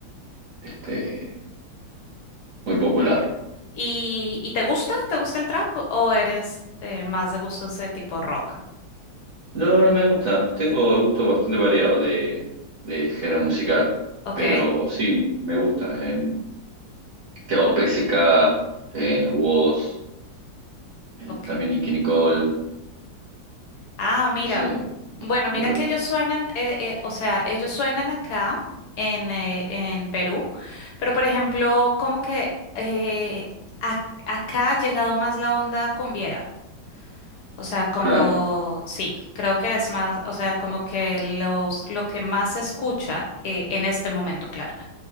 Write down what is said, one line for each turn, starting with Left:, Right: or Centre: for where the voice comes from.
Right: este, muy popular.
Left: ¿Y, y te gusta? ¿Te gusta el trap o eres eh, más de gustos de tipo rock?
Right: No, no me gusta. Tengo gusto bastante variado de, de género musical.
Left: Ok,
Right: Pero sí, me gusta. Eh, Teo PSK, eh, Wos, eh,
Left: ok.
Right: también Nicki Nicole.
Left: Ah, mira.
Right: ese-
Left: Bueno, mira
Right: me gusta.
Left: que ellos suenan, eh, eh, o sea, ellos suenan acá en, eh, en Perú, pero por ejemplo, como que eh, ac- acá ha llegado más la onda cumbiera. O sea, como,
Right: Claro.
Left: sí, creo que es más, o sea, como que los, lo que más se escucha eh, en este momento, claro.